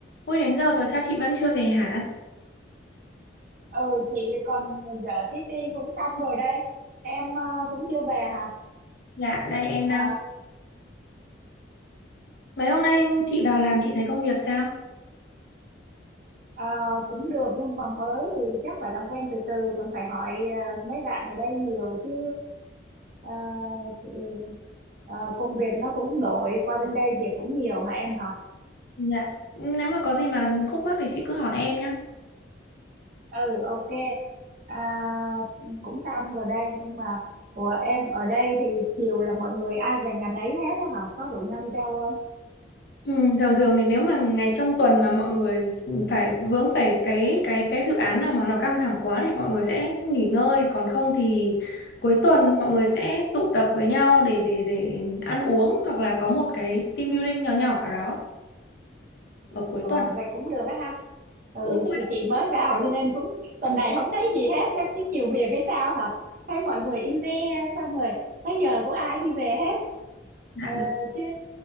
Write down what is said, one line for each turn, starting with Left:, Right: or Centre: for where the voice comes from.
Left: ui đến giờ rồi sao chị vẫn chưa về hả?
Right: ừ chị còn vợ tí ti cũng xong rồi đây em ờ, cũng chưa về hả
Left: Dạ, đây em
Right: Ờ,
Left: đang... Mấy hôm nay chị vào làm chị thấy công việc sao?
Right: ờ, cũng được nhưng mà mới thì chắc phải làm quen từ từ còn phải hỏi ờ, mấy bạn ở đây nhiều chứ ờ, thì, ờ, công việc nó cũng đổi qua bên đây việc cũng nhiều hả em hả
Left: Dạ, nếu mà có gì mà khúc mắc thì chị cứ hỏi em nhé.
Right: ừ ok à, cũng xong rồi đây nhưng mà của em ở đây thì chiều là mọi người ai về nhà nấy hết á hả có rủ nhau đi đâu không
Left: Ừ, thường thường thì nếu mà ngày trong tuần mà mọi người phải vướng phải cái cái cái dự án nào mà nó căng thẳng quá thì mọi người sẽ nghỉ ngơi, còn không thì cuối tuần mọi người sẽ tụ tập với nhau để để để ăn uống hoặc là có một cái team building nhỏ nhỏ nào đó ở cuối
Right: ờ,
Left: tuần
Right: vậy cũng được á ha ừ
Left: cũng thôi.
Right: thì chị mới vào cho nên cũng tuần này không thấy gì hết chắc chứ nhiều việc hay sao hả thấy mọi người im re xong rồi tới giờ cũng ai đi về hết
Left: Dạ,
Right: ờ, chứ